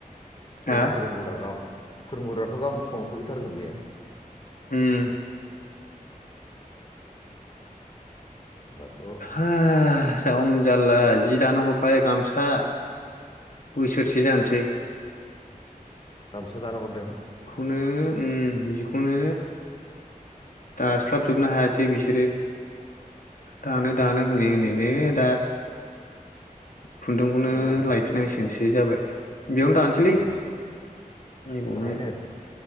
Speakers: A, on the left; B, on the left.
A: जोंना
B: हा
A: फोरोंगुरा गा फोरोंगुरूआथ' गामोन फुङाव सफैथारगोन बेयो
B: हम
A: होमबाथ'
B: <unintelligible> जारला जि दानो हरबाय गामसा बोसोरसे जानोसै
A: गामसा दानो हरदों?
B: नो ओं जिखनो दास्लाबजोबनो हायासै बिसोरो दानो दानो होनै होनै ने दा खुन्दुंखौनो
A: मा जाखो
B: लायफिनांसिगोनसो बे जाबाय बेयावनो दानोसैलै
A: ए
B: नैबयावनो
A: बाहायनो